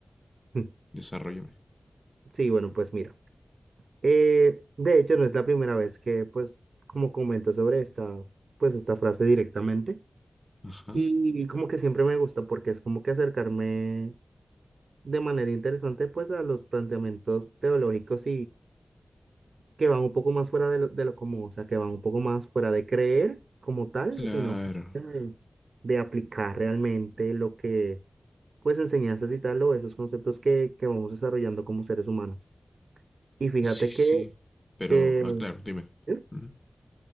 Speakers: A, on the right; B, on the left.
A: <laughs>
B: desarrollame.
A: Sí, bueno, pues mira. eh, de hecho, no es la primera vez que, pues, como comento sobre esta, pues, esta frase directamente.
B: Ajá,
A: Y como que siempre me gusta porque es como que acercarme de manera interesante, pues, a los planteamientos teológicos que van un poco más fuera de lo, de lo común, o sea, que van un poco más fuera de creer como tal,
B: claro,
A: sino de, de aplicar realmente lo que, pues, enseñanzas y tal, o esos conceptos que, que vamos desarrollando como seres humanos. Y fíjate
B: sí, sí,
A: que,
B: pero,
A: que,
B: ah, claro, dime.
A: ¿eh?
B: Ujú.